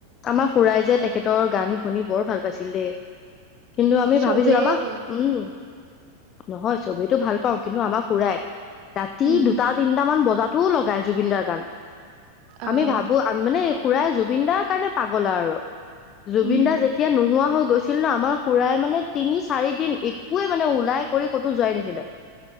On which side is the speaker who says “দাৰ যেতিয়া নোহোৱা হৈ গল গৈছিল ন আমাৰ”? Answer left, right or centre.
Left